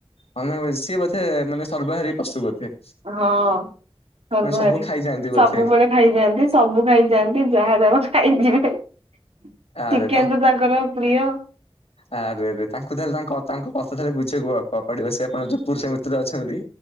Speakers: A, on the left; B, on the right.
A: ହଁ ମାନେ ସିଏ ବୋଧେ ମାନେ ସର୍ବହାରୀ ପଶୁ ବୋଧେ?
B: ହଁ ସର୍ବହାରି
A: ମାନେ ସବୁ ଖାଇଯାଆନ୍ତି ବୋଧେ
B: ସବୁବେଳେ ଖାଇଯାଆନ୍ତି ସବୁ ଖାଇଯାଆନ୍ତି ଯାହା ଦବ ଖାଇଯିବେ। ଚିକେନ
A: ଆରେ
B: ତ ତାଙ୍କର ପ୍ରିୟ।
A: ଆରେ ଆରେ ତାଙ୍କୁ ତାହଲେ ତା ତାଙ୍କ କଥା ହଲେ ବୁଝିବାକୁ ପଡିବ ସେ ଆପଣଙ୍କ ଜୋଉ ପୁରୁଷ ମିତ୍ର ଅଛନ୍ତି।